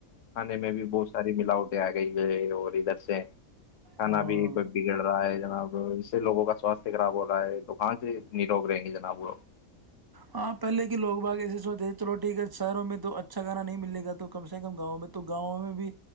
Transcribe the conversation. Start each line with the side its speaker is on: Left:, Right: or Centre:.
Left: کھانے میں بھی بہت ساری ملاوٹیں آ گئی اور ادھر سے کھانا
Right: ہاں
Left: بھی یہ پ بگڑ رہا ہے جناب اس سے لوگوں کا سواستھ خراب ہو رہا ہے تو کہاں سے نروگ رہیں گے جناب وہ
Right: ہاں پہلے کے لوگ باگ ایسے سوچے چلو ٹھیک ہے شہروں میں تو اچھا گانا نہیں ملے گا تو کم سے کم گاؤں میں تو گاؤں میں بھی